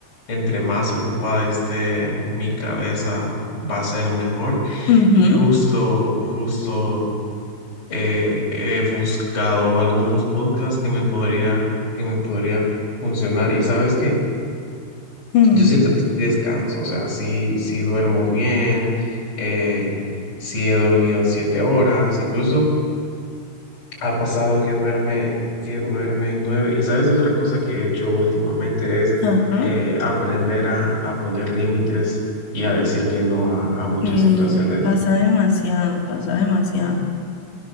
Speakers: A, on the left; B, on the left.
A: entre más ocupada esté mi cabeza va a ser mejor.
B: Ujú,
A: Y justo, justo eh, he buscado algunos podcasts que me podría, que me podría funcionar. Y sabes que
B: ujú,
A: yo siento que sí descanso, o sea, sí, sí duermo bien, eh, sí he dormido siete horas, incluso ha pasado que duerme, que duerme nueve. Y sabes otra cosa que he hecho últimamente es
B: ajá.
A: eh, aprender a, a poner límites y a decir que no a, a muchas
B: Eh,
A: situaciones,
B: pasa demasiado, pasa demasiado.